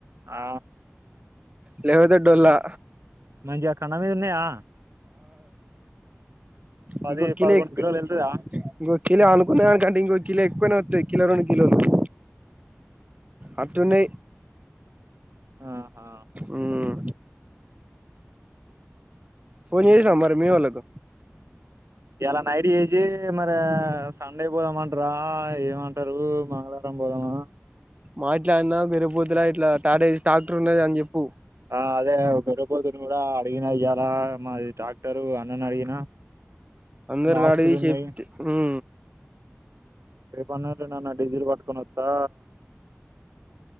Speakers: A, on the right; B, on the right.
A: ఆ
B: లేకపోతే డోల్లా
A: మంచిగ కండ మీద ఉన్నాయా పది
B: ఇంకో కిలో
A: పదకొండు
B: ఎక్కువ
A: కిలోలు ఎల్తదా
B: ఇంకో కిలో అనుకున్నదాని కంటే ఇంకో కిలో ఎక్కువనే వస్తాయి కిలో రెండు కిలోలు అట్టున్నాయి
A: ఆహా
B: ఉం ఫోన్ చేసినవ మరి మీ వోళ్ళకు
A: ఇయాలా నైట్ చేసి మరి సండే పోదామంటార ఏమంట టరు మంగళవారం పోదామా
B: మాట్లాడినా గొర్రెపోతులా ఇట్లా టాటా ట్రాక్టర్ ఉన్నది అని చెప్పు
A: ఆ అదే బర్రెపోతును కూడా అడిగినా ఇయ్యాల మాది టాక్టరు అన్నని అడిగిన
B: అందరూ
A: బాక్సులు
B: రాడ్ తీసి
A: ఉన్నాయి
B: ఎపిత్తే ఉం
A: రేపన్న ఎల్లుండన్న డీజిల్ పట్కొని వత్తా